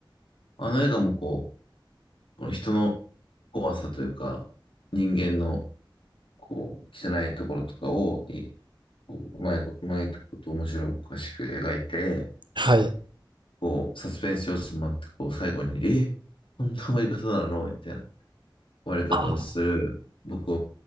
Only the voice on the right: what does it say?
はい。
あ